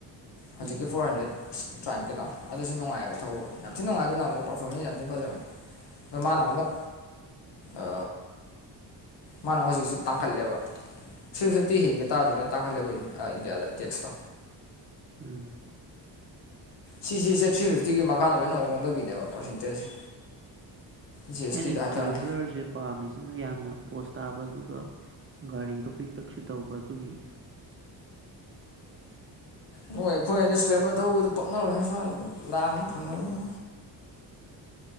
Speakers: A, on the left; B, on the right.
A: ꯍꯧꯖꯤꯛꯀꯤ
B: ꯎꯝ
A: ꯐꯣꯔ ꯍꯟꯗ꯭ꯔꯦꯠ ꯑꯁ ꯇ꯭ꯔꯥꯏꯝ ꯀꯩꯩꯅꯣꯗꯣ ꯑꯗꯨꯁꯨ ꯅꯨꯡꯉꯥꯏꯌꯦꯕ ꯊꯧꯕ ꯌꯥꯝ ꯊꯤ ꯅꯨꯡꯉꯥꯏ ꯑꯗꯨꯅ ꯑꯃꯨꯛ ꯄꯔꯐꯣꯔꯃꯦꯟꯁ ꯌꯥꯝ ꯊꯤ ꯐꯖꯕꯅꯤ ꯃꯅꯥ ꯑꯃꯨꯛ ꯑ ꯃꯥꯅ ꯑꯃꯨꯛ ꯍꯧꯖꯤꯛꯁꯤ ꯇꯥꯡꯈꯠꯂꯦꯕ ꯊ꯭ꯔꯤ ꯐꯤꯐꯇꯤ ꯍꯤꯡꯒꯤ ꯇꯥꯗꯤ ꯂꯣꯏ ꯇꯥꯡꯈꯜꯂꯦꯕ ꯑ ꯏꯟꯗꯤꯌꯥꯗ ꯇꯦꯛꯁꯇꯥ
B: ꯎꯝ
A: ꯁꯤꯁꯤꯁꯦ ꯊ꯭ꯔꯤ ꯐꯤꯐꯇꯤꯒꯤ ꯃꯈꯥꯗ ꯂꯣꯏꯅꯃꯛ ꯍꯣꯡꯗꯕꯤꯅꯦꯕ ꯄꯥꯔꯁꯦꯟꯇꯦꯖꯁꯦ ꯖꯤ ꯑꯦꯁ
B: ꯑꯩꯩꯅ
A: ꯇꯤꯗ
B: ꯏꯁꯀ꯭ꯔꯦꯕ꯭ꯂꯔꯁꯦ
A: ꯍꯥꯏꯇꯥꯔꯦ
B: ꯄꯥꯝꯃꯤꯁꯤꯅ ꯌꯥꯝꯅ ꯄꯣꯁ ꯇꯥꯕ ꯑꯗꯨꯒ ꯒꯥꯔꯤꯗꯣ ꯄꯤꯛꯇꯛꯁꯨ ꯇꯧꯕ ꯑꯗꯨꯒꯤ
A: ꯅꯣꯏ ꯑꯩꯈꯣꯏ ꯑꯗꯤ ꯏꯁ꯭ꯂꯦꯝꯕꯔ ꯊꯧꯕꯗꯨ ꯄꯛꯅꯔꯣꯏꯅ ꯁ꯭ꯋꯥꯏ ꯂꯥꯟꯑ ꯐꯪꯉꯔꯣꯢ